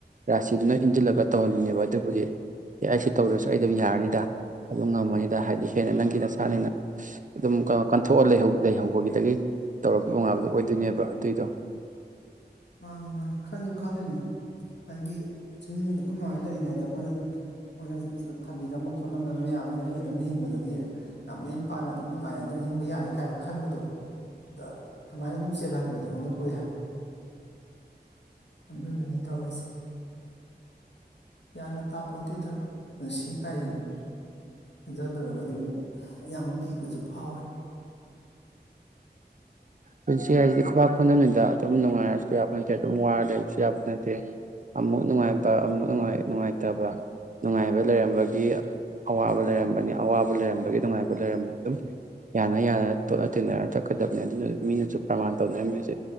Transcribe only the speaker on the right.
ꯔꯥꯁꯤꯗꯨꯅ ꯏꯟꯖꯤꯜꯂꯒ ꯇꯧꯍꯜꯂꯤꯅꯦꯕ ꯑꯗꯨꯕꯨꯗꯤ ꯑꯦ ꯑꯩ ꯁꯤ ꯇꯧꯔꯁꯨ ꯑꯩ ꯑꯗꯨꯝ ꯌꯥꯔꯅꯤꯗ ꯑꯗꯨꯝ ꯉꯝꯃꯅꯤꯗ ꯍꯥꯏꯗꯤ ꯍꯦꯟꯅ ꯅꯪꯒꯤ ꯅꯁꯥꯅꯦꯅ ꯑꯗꯨꯝ ꯀꯟꯊꯣꯛꯑ ꯂꯩꯍꯧ ꯂꯩꯍꯧꯕꯒꯤꯗꯒꯤ ꯇꯧꯔꯛꯄ ꯉꯥꯛꯇ ꯑꯣꯏꯗꯣꯏꯅꯦꯕ ꯑꯗꯨꯏꯗꯣ
ꯄꯨꯟꯁꯤ ꯍꯥꯏꯁꯤꯗꯤ ꯈꯨꯕꯥꯛ ꯈꯨꯗꯝꯅꯤꯗ ꯑꯗꯨꯝ ꯅꯨꯡꯉꯥꯏꯔꯁꯨ ꯌꯥꯕ ꯅꯠꯇꯦ ꯑꯗꯨꯝ ꯋꯥꯔ ꯂꯩꯕꯁꯨ ꯌꯥꯕ ꯅꯠꯇꯦ ꯑꯃꯨꯛ ꯅꯨꯡꯉꯥꯏꯕ ꯑꯃꯨꯛ ꯅꯨꯡꯉꯥꯏ ꯅꯨꯡꯉꯥꯏꯇꯕ ꯅꯨꯡꯉꯥꯏꯕ ꯂꯩꯔꯝꯕꯒꯤ ꯑꯋꯥꯕ ꯂꯩꯔꯝꯕꯅꯤ ꯑꯋꯥꯕ ꯂꯩꯔꯝꯕꯒꯤ ꯅꯨꯡꯉꯥꯏꯕ ꯂꯩꯔꯝꯕꯅꯤ ꯑꯗꯨꯝ ꯌꯥꯅ ꯌꯥꯅ ꯇꯣꯠꯅ ꯇꯤꯟꯅꯔ ꯆꯠꯀꯗꯕꯅꯤ ꯑꯗꯨꯅ ꯑꯗꯨꯝ ꯃꯤꯅꯁꯨ ꯄ꯭ꯔꯃꯥꯟ ꯇꯧꯅꯔꯝꯃꯤꯁꯦ